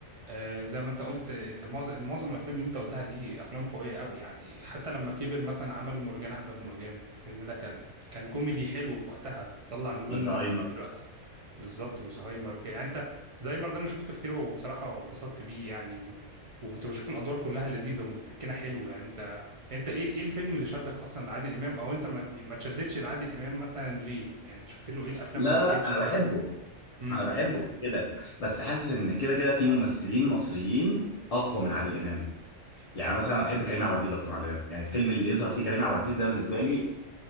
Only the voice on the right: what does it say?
آه، زي ما انت قلت معظم معظم الافلام اللي انت قلتها دي افلام قويه قوي يعني حتى لما كبر مثلا عمل مرجان احمد مرجان الفيلم ده كان كان كوميدي حلو في وقتها طلع نجوم
آه، دلوقتي بالظبط وزهايمر وكده يعني انت زهايمر ده انا شفته كتير وبصراحه انبسطت بيه يعني و... وكنت بشوف الادوار كلها لذيذه ومتسكنه حلو يعني انت انت ايه ايه الفيلم اللي شدك اصلا لعادل امام او انت ما ما تشدتش لعادل امام مثلا ليه يعني انت شفت له ايه الافلام
اللي
ما كانتش
حلوه
قوي امم